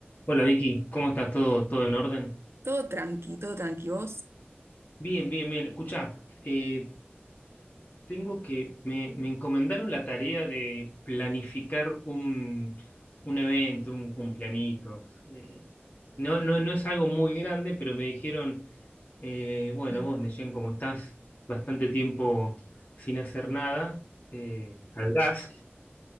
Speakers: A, on the left (about 50°); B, on the right (about 80°).
A: Hola Vicky, ¿cómo estás? ¿Todo, todo en orden?
B: Todo tranqui, todo tranqui. Vos,
A: Bien, bien, bien. Escuchá, eh, tengo que, me, me encomendaron la tarea de planificar un, un evento, un cumpleañito. Eh, no, no, no es algo muy grande, pero me dijeron, eh, bueno,
B: Mm.
A: vos, Neyen, como estás bastante tiempo sin hacer nada, eh, al gas.